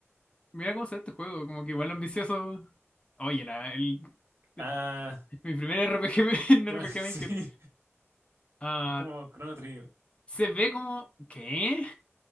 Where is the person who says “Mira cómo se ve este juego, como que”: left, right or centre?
Left